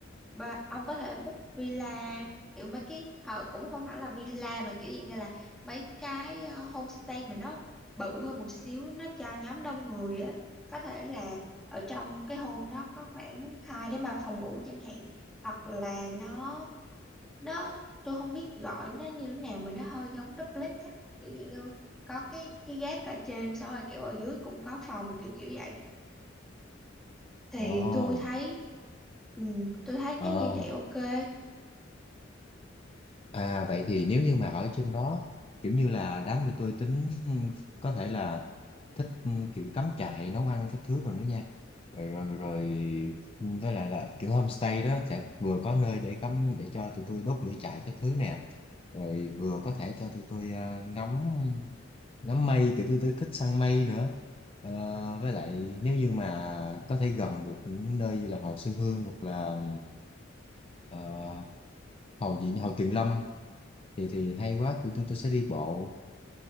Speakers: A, in the centre; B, on the left.
A: Ba, ông có thể book villa kiểu mấy cái họ cũng không hẳn là villa mà kiểu dạng như là mấy cái ờ, homestay mà nó bự hơn một xíu nó cho nhóm đông người á có thể là ở trong cái home đó có khoảng 2 đến 3 phòng ngủ chẳng hạn hoặc là nó nó tôi không biết gọi nó như thế nào mà nó hơi giống duplex á kiểu dạng như có cái cái gác ở trên xong rồi kiểu ở dưới cũng có phòng kiểu kiểu vậy
B: Ồ,
A: thì tôi thấy ừ, tôi thấy
B: ờ
A: như vậy ok
B: À vậy thì nếu như mà ở trên đó kiểu như là đám cho tôi tính ừ, có thể là thích ừ, kiểu cắm trại nấu ăn các thứ rồi đó nha rồi rồi, rồi ừ, với lại là kiểu homestay đó sẽ vừa có nơi để cắm để cho tụi tôi đốt lửa trại các thứ nè rồi vừa có thể cho tụi tôi ờ, ngắm ngắm mây kiểu tôi, tôi thích săn mây nữa Ờ, với lại nếu như mà có thể gần được những nơi như là hồ Xuân Hương hoặc là ừ, ờ, hồ gì nhỉ? hồ Tuyền Lâm thì thì hay quá tụi tôi tôi sẽ đi bộ